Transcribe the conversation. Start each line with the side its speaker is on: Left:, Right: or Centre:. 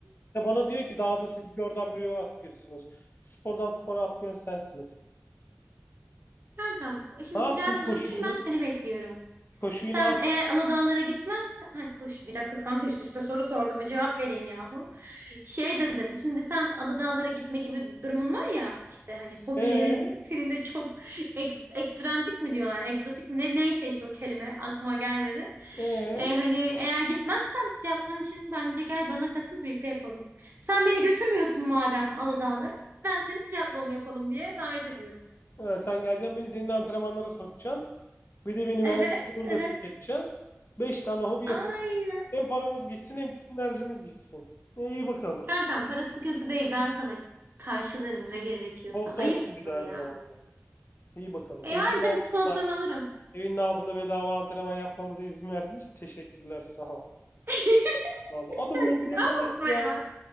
Left: Ya bana diyor ki dağda siz bir oradan bir oraya atlıyorsunuz. Spordan spora atlayan sensin nasıl?
Right: <laughs> Kankam şimdi
Left: Ne yaptın
Right: triatlon
Left: koşuyu?
Right: için ben seni bekliyorum.
Left: Koşuyu
Right: Sen
Left: ne yaptın?
Right: eğer Aladağlara gitmezsen... Ha, koş bir dakika kanka üst üste soru sordum bir cevap vereyim yahu. Şey dedim şimdi sen Aladağlara gitme gibi durumun var ya işte hani hobilerin
Left: E
Right: senin de çok ek, ekstrantik mi diyorlar egzotik mi ne, neyse işte o kelime aklıma gelmedi.
Left: Ee,
Right: E, hani eğer gitmezsen triatlon için bence gel bana katıl birlikte yapalım. Sen beni götürmüyorsun madem Aladağlara ben seni triatlon yapalım diye davet ediyorum.
Left: ha, sen geleceksin beni senin antrenmanlara sokacaksın. Bir de benim
Right: Evet
Left: enerjimi burada
Right: evet
Left: tüketeceksin. Beş tane hobi yapalım.
Right: aynen.
Left: Hem paramız gitsin hem tüm enerjimiz gitsin. E, iyi bakalım.
Right: Kankam para sıkıntı değil ben sana karşılarım ne gerekiyorsa.
Left: Sponsorsun
Right: Ayıpsın
Left: bir de aynı
Right: ya.
Left: zamanda. İyi bakalım.
Right: E yani
Left: Evinin altında,
Right: tabii sponsorunu alırım.
Left: evinin altında bedava antrenman yapmamıza izin verdiğin için teşekkürler. Sağ ol.
Right: <laughs>
Left: Vallahi adamın hobilerine
Right: Bakma
Left: bak ya.
Right: ya.